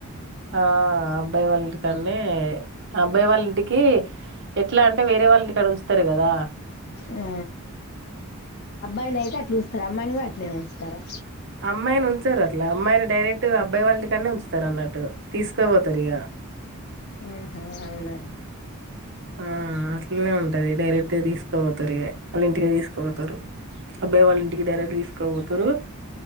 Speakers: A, on the right; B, on the left.
A: ఆ అబ్బాయి వాళ్ళంటి కాన్నే అబ్బాయి వాళ్ళింటికి ఎట్లా అంటే వేరే వాళ్ళింటికాడా ఉంచుతారు కదా
B: ఆ అబ్బాయిని అయితే అట్లా ఉంచుతరు అమ్మాయిని కూడా అట్లే ఉంచుతరా
A: అమ్మాయిని ఉంచారు అట్లా అమ్మాయిని డైరెక్ట్ అబ్బాయి వాళ్ళ ఇంటి కాన్నే ఉంచుతారు అన్నట్టు తీసుకు కపోతారు ఇగ
B: ఆహా అవునా
A: ఆ అట్లనే ఉంటది డైరె టు తీసుకోపోతారే వాళ్ళ ఇంటికి తీసు పోతారు అబ్బాయి వాళ్ళ ఇంటికి డైరెక్ట్ తీసుకో పోతారు